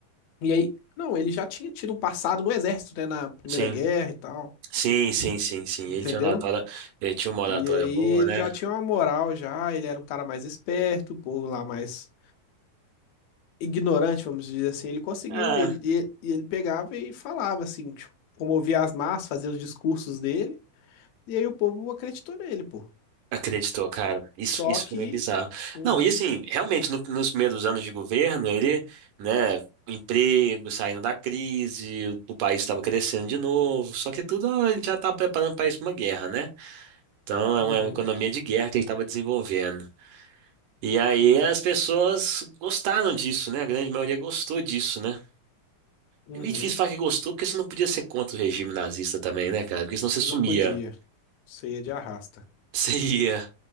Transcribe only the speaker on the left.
E aí, não, ele já tinha tido um passado no exército, né, na Primeira
Guerra e tal,
entendeu?
E aí
ele
já tinha uma moral já, ele era um cara mais esperto, o povo lá mais ignorante, vamos dizer assim, ele conseguiu,
ele, e, e ele pegava e falava assim, tipo, comovia as massas, fazia os discursos dele, e aí o povo acreditou nele, pô.
Só
que,
uhum,
uhum,
uhum,
não
podia.
Isso ia de arrasta.